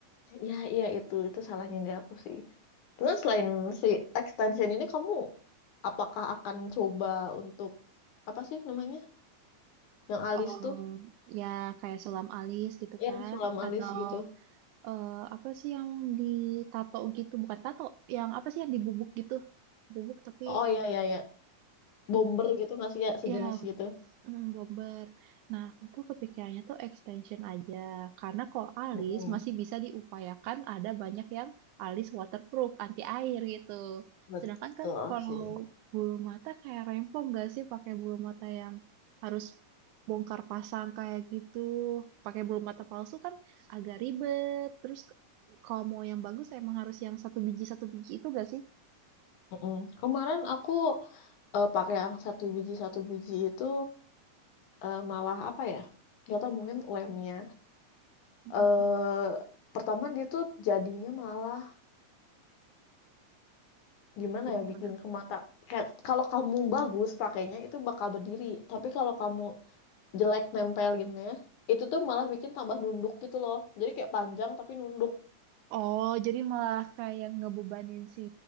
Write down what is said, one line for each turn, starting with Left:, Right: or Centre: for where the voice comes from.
Left: ya iya itu itu salahnya di aku sih terus selain si extension ini kamu apakah akan coba untuk apa sih namanya yang alis
Right: Oh,
Left: tuh
Right: ya kayak sulam alis gitu
Left: yang
Right: kan
Left: sulam alis
Right: atau
Left: gitu
Right: eh, apa sih yang ditato gitu? Bukan tato, yang apa sih yang dibubuk gitu? Bubuk tapi
Left: oh iya iya iya bomber gitu nggak sih ya sejenis
Right: Ya,
Left: gitu.
Right: mm, bomber. Nah, aku tuh kepikirannya tuh extension aja. Karena kalau alis
Left: Mm-mm,
Right: masih bisa diupayakan ada banyak yang alis waterproof, anti air gitu.
Left: Betul
Right: Sedangkan kan kalau
Left: sih.
Right: bulu mata kayak rempong gak sih pakai bulu mata yang harus bongkar pasang kayak gitu. Pakai bulu mata palsu kan agak ribet. Terus kalau mau yang bagus emang harus yang satu biji satu biji itu gak sih?
Left: Mm-mm. Kemarin aku eh, pakai yang satu biji satu biji itu eh, malah apa ya? Gak tau mungkin lemnya.
Right: Mm-mm.
Left: eh pertama dia tuh jadinya malah gimana
Right: Jadi
Left: ya
Right: gimana?
Left: bikin ke mata. Kayak kalau kamu bagus pakainya itu bakal berdiri. Tapi kalau kamu jelek nempelinnya itu tuh malah bikin tambah nunduk gitu loh. Jadi kayak panjang tapi nunduk.
Right: Oh, jadi malah kayak ngebebanin si